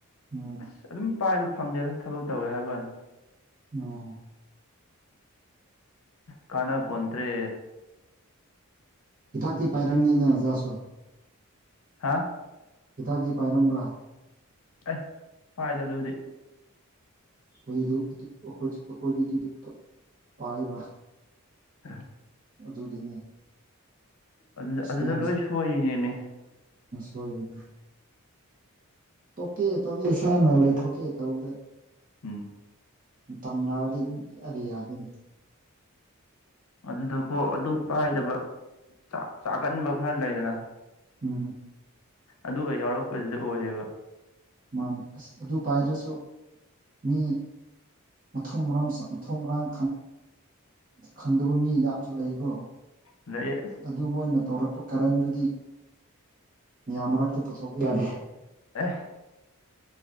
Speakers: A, on the right; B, on the left.
A: ꯎꯝ
B: ꯑꯁ ꯑꯗꯨꯝ ꯄꯥꯏꯕ ꯐꯪꯗꯦꯗ ꯊꯕꯛ ꯇꯧꯋꯦ ꯍꯥꯏꯕꯅꯤ
A: ꯑ
B: ꯀꯅꯄꯇ꯭ꯔꯦ
A: ꯍꯤꯗꯥꯛꯇꯤ ꯄꯥꯏꯔꯝꯅꯤꯅ ꯑꯣꯖꯥꯁꯨ
B: ꯍꯥꯥ
A: ꯍꯤꯗꯥꯛꯇ ꯄꯥꯏꯔꯝꯕ꯭ꯔꯥ
B: ꯑꯦ ꯐꯥꯏꯗ ꯑꯗꯨꯗꯤ
A: ꯑꯩꯈꯣꯏ ꯑꯩꯈꯣꯏꯗꯤ ꯑꯗꯨ ꯄꯥꯏꯔꯤꯕ
B: ꯑ
A: ꯑꯗꯨꯒꯤꯅꯤ
B: ꯑꯗꯨꯗ
A: ꯑꯦꯛꯁꯄꯦꯟꯁ
B: ꯑꯗꯨꯗ ꯂꯣꯏ ꯁꯣꯏꯔꯤꯅꯦꯃꯤ
A: ꯍꯣꯏ ꯇꯣꯛꯀꯦ ꯇꯣꯛꯀꯦ ꯏꯁꯥꯅ ꯂꯩꯊꯣꯛꯀꯦ ꯇꯧꯗ
B: ꯎꯝ
A: ꯇꯝꯅꯛꯑꯗꯤ ꯑꯗꯨꯝ ꯏꯑꯗꯤ ꯌꯥꯗꯣꯏꯅꯤ
B: ꯑꯗꯨꯗꯀꯣ ꯑꯗꯨ ꯄꯥꯏꯗꯕꯥꯛ ꯆꯥꯒꯟꯕ ꯈꯔ ꯂꯩꯗꯅ
A: ꯎꯝ
B: ꯑꯗꯨꯒ ꯌꯥꯎꯔꯛꯄꯁꯤꯗ ꯑꯣꯏꯔꯦꯕ
A: ꯃꯥꯅꯦ ꯑꯁ ꯑꯗꯨ ꯄꯥꯏꯗ꯭ꯔꯁꯨ ꯃꯤ ꯃꯊꯣꯡ ꯃꯔꯝ ꯃꯊꯣꯡ ꯃꯔꯥꯡ ꯈꯪꯗꯕ ꯃꯤ ꯌꯥꯝꯁꯨ ꯂꯩꯀꯣ
B: ꯑꯗꯩ ꯑꯁ
A: ꯑꯗꯨ ꯃꯣꯏꯅ ꯇꯧꯔꯛꯄ ꯀꯔꯟꯗꯨꯗꯤ ꯃꯤꯌꯥꯝ ꯃꯔꯛꯇ ꯄꯨꯊꯣꯛꯄ ꯌꯥꯗꯦ
B: ꯑꯦ